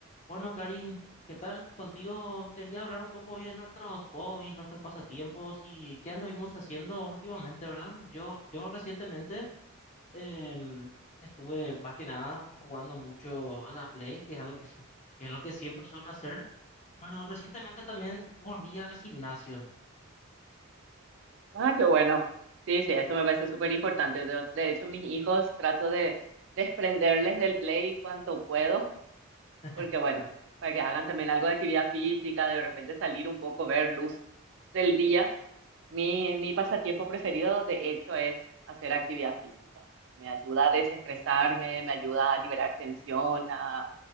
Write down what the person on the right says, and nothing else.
Ah, qué bueno. Sí, sí, eso me parece súper importante. Yo, de hecho, mis hijos trato de desprenderles del play cuanto puedo,
porque bueno,
para que hagan también algo de actividad física, de repente salir un poco, ver luz del día. Mi, mi pasatiempo preferido, de hecho, es hacer actividad física. Me ayuda a desestresarme, me ayuda a liberar tensión, a,